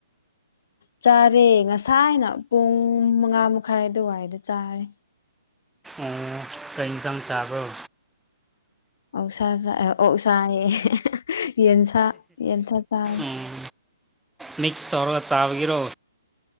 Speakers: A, on the left; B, in the centre.
A: ꯆꯥꯔꯦ ꯉꯁꯥꯏꯅ ꯄꯨꯡ ꯃꯉꯥ ꯃꯈꯥꯏ ꯑꯗꯨꯋꯥꯏꯗ ꯆꯥꯔꯦ
B: ꯑꯣ ꯀꯩ ꯏꯟꯖꯥꯡ ꯆꯥꯕꯔꯣ
A: ꯑꯣꯛꯁꯥ ꯆꯥꯏ ꯑꯣꯛꯁꯥ ꯍꯥꯏꯌꯦ ꯌꯦꯟꯁꯥ ꯌꯦꯟꯁꯥ ꯆꯥꯔꯦ
B: ꯎꯝ ꯃꯤꯛꯁ ꯇꯧꯔꯒ ꯆꯥꯕꯒꯤꯔꯣ